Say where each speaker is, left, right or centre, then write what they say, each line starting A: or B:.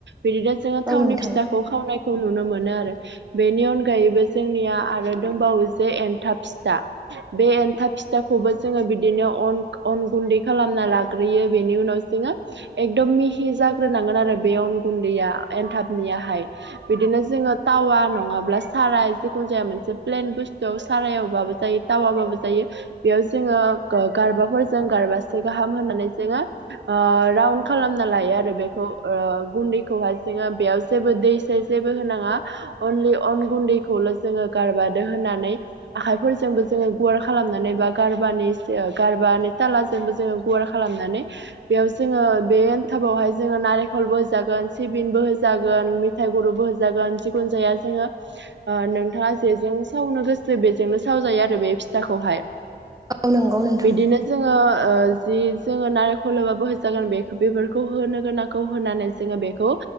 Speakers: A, on the right; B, on the right.
A: बिदिनो जोङो थावनि
B: औ नोंथां
A: फिथाखौ खावनायखौ नुनो मोनो आरो। बेनि अनगायैबो जोंनिया आरो दंबावो जे एनथाब फिथा बे एन्थाब फिथाखौबो जोङो बिदिनो अन अन गुन्दै खालामना लाग्रोयो बेनि उनाव जोङो एकदम मिहि जाग्रोनांगोन आरो बे अन गुन्दैया एनथाबनियाहाय। बिदिनो जोङो टावा नङाब्ला साराय जिखुनु जाया मोनसे प्लेन बुस्तु बे सारायावबाबो जायो टावाबाबो जायो बेयाव जोङो गारबाफोर जों गारबासे गाहाम होनानै जोङो ओ खालामना लायो आरो बेखौ ओ गुन्दैखौहाय जोङो बेयाव जेबो दै सै जेबो होनाङा। अनलि अन गुन्दैखौल' जोङो गारबादो होनानै आखाइफोरजोंबो जोङो गुवार खालामनानै बा गारबानि गारबानि तालाजोंबो जोङो गुवार खालामनानै बेयाव जोङो बे एनथाबावहाय जोङो नारेंखलबो होजागोन सिबिनबो होजागोन। फिथाइ गुर'बो होजागोन जिखुन जाया जोङो ओ नोंथाङा जेजों सावनो गोसो बेजोंनो सावजायो आरो बे फिथाखौहाय।
B: औ नंगौ नोंथां
A: बिदिनो जोङो ओ जि जोङो नारेंखल होबाबो हो जागोन बे बेफोरखौ होनो गोनांखौ होनानै जोङो बेखौ